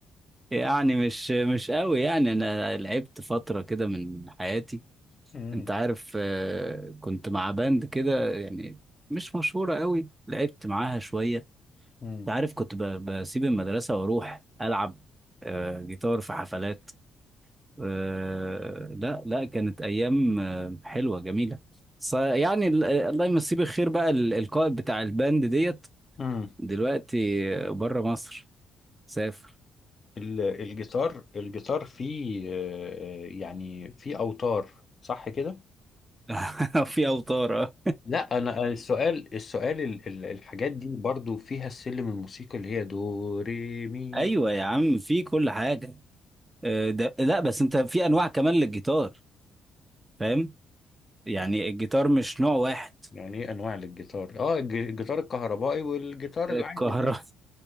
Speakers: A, on the right (about 15°); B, on the left (about 40°).
A: يعني مش مش قوي يعني انا لعبت فتره كده من حياتي
B: امم
A: انت عارف آه، كنت مع باند كده يعني مش مشهوره قوي لعبت معاها شويه انت
B: امم
A: عارف كنت ب- بسيب المدرسه واروح العب آه، جيتار في حفلات آه، لا لا كانت ايام آه، حلوه جميله ص- يعني ال- آه، الله يمسيه بالخير بقى ال- القائد بتاع الباند ديت
B: امم
A: دلوقتي بره مصر سافر
B: ال- الجيتار الجيتار فيه آه، يعني فيه اوتار صح كده
A: <laughs> في اوتار اه
B: لا انا السؤال السؤال ال- ال- الحاجات دي برضو فيها السلم الموسيقي اللي هي دو ري مي
A: ايوه
B: فا.
A: يا عم في كل حاجه آه، ده لا بس انت في انواع كمان للجيتار فاهم يعني الجيتار مش نوع واحد
B: يعني ايه انواع للجيتار اه الج- الجيتار الكهربائي والجيتار
A: الكهرباء
B: العادي اللي-